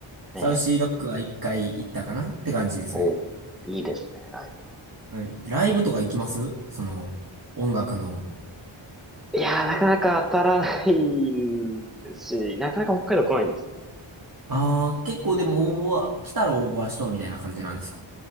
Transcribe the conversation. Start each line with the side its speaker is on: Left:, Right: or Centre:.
Right: サウシードッグは一回行ったかなって感じですね。
Centre: ええ、おーいいですね、ライブは
Right: はいライブとか行きますその、音楽の。
Centre: いやー、なかなか当たらないんですし、なかなか北海道来ないんですよね。
Right: ああ、結構でも応募は、来たら応募はしとうみたいな感じなんですか